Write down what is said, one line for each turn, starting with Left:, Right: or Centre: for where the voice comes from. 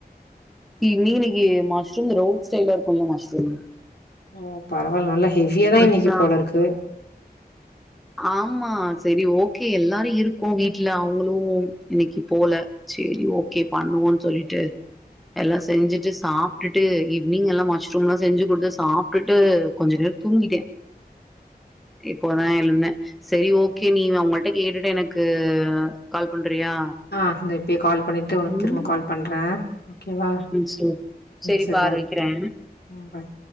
Centre: இன்னைக்கு மஷ்ரூம் ரோட் ஸ்டைல இருக்கும்ல மஷ்ரூம்
Left: ஓ பரவால்ல நல்லா ஹெவியா தா
Centre: அதுதா
Left: இன்னைக்கு போல இருக்கு
Centre: ஆமா செரி ஓகே எல்லாரு இருக்கு வீட்ல அவங்களு இன்னைக்கு போல செரி ஓகே பண்ணுவோனு சொல்லிட்டு எல்லா செஞ்சுட்டு சாப்டுட்டு ஈவி்னிங் எல்லா மஷ்ரூம் எல்லா செஞ்சு கொடுத்து சாப்டுட்டு கொஞ்ச நேரோ தூங்கிட்டே இப்போதா எழுந்தே செரி ஓகே நீ அவுங்கள்ட கேட்டுட்டு எனக்கு கால் பண்றியா
Left: ஆ இந்த இப்போயே கால் பண்ணிட்டு உனக்கு
Centre: ம்
Left: திரும்பவு கால் பண்றே ஓகேவா
Centre: ம் சேரி சேரி
Left: செரி
Centre: பாரு
Left: பாய்
Centre: வைக்கிறே
Left: ம் பாய்